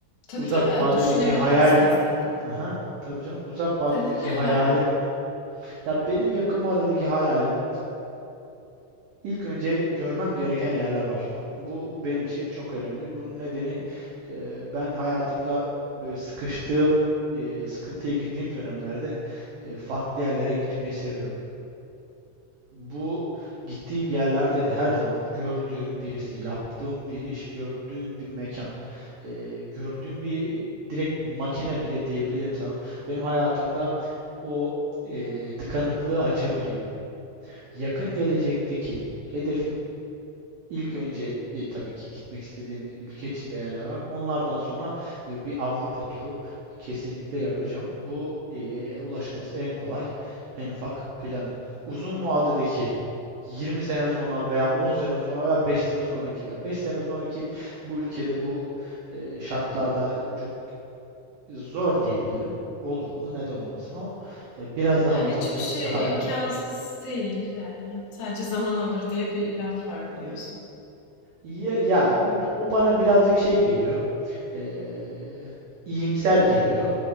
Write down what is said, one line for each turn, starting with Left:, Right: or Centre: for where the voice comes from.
Left: Tabii
Right: uzak
Left: tabii
Right: vadedeki
Left: düşünebiliriz
Right: hayal
Left: de zaten.
Right: Aha, tabii canım. Uzak vadedeki
Left: Senin neler?
Right: hayalim ya benim yakın vadedeki hayalim İlk önce görmem gereken yerler var. Bu benim için çok önemli. Bunun nedeni e, ben hayatımda böyle sıkıştığım, e, sıkıntıya girdiğim dönemlerde e, farklı yerlere gitmeyi seviyorum. Bu gittiğim yerlerde de her zaman gördüğüm birisi, yaptığım bir iş, gördüğüm bir mekan, e, gördüğüm bir direkt makine bile diyebilirim sana. Benim hayatımda o e, tıkanıklığı açabiliyor. Yakın gelecekteki hedefim İlk önce e, tabii ki gitmek istediğim ülke içinde yerler var. Onlardan sonra e, bir Avrupa turu kesinlikle yapacağım. Bu e, ulaşılması en kolay, en ufak planım. Uzun vadedeki 20 sene sonra veya 10 sene sonra veya 5 sene sonraki, ya 5 sene sonraki bu ülkede bu e, şartlarda çok zor diyebilirim. Olur mu? Neden olmasın ama e, biraz daha
Left: Ya hiçbir
Right: uzaktaki
Left: şey
Right: bir hayalim.
Left: imkansız değil yani sadece zaman alır diye bir laf var
Right: e,
Left: biliyorsun.
Right: Ya, ya o, o bana birazcık şey geliyor. Eee iyimser geliyor.